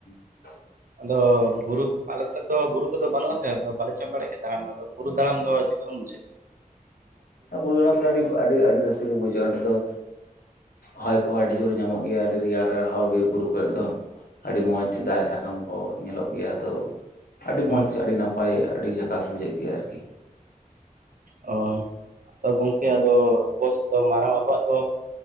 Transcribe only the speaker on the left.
<inaudible>
ᱵᱩᱨᱩ ᱫᱟᱲᱟᱱ ᱫᱚ ᱟᱹᱰᱤ
ᱟᱹᱰᱤ ᱟᱹᱰᱤ ᱨᱟᱹᱥᱠᱟᱹ <unintelligible> ᱵᱩᱡᱟᱹᱜᱼᱟ ᱚᱸᱰᱮ ᱫᱚ ᱦᱚᱭ ᱠᱚᱦᱚᱸ ᱟᱹᱰᱤ ᱡᱳᱨ ᱧᱟᱢᱚᱜ ᱜᱮᱭᱟ᱾ ᱟᱹᱰᱤ ᱨᱮᱭᱟᱲ ᱨᱮᱭᱟᱲ ᱦᱚᱸ ᱵᱤᱨ ᱵᱩᱨᱩ ᱠᱚᱨᱮ ᱫᱚ, ᱟᱹᱰᱤ ᱢᱚᱸᱡᱽ ᱫᱟᱨᱮ ᱥᱟᱠᱟᱢ ᱠᱚ ᱠᱚ ᱧᱮᱞᱚᱜ ᱜᱮᱭᱟ ᱛᱚ ᱟᱹᱰᱤ
ᱢᱚᱸᱡᱽ ᱟᱹᱰᱤ ᱱᱟᱯᱟᱭ ᱟᱹᱰᱤ ᱡᱷᱟᱠᱟᱥ ᱵᱩᱡᱷᱟᱹᱜ ᱜᱮᱭᱟ ᱟᱨᱠᱤ᱾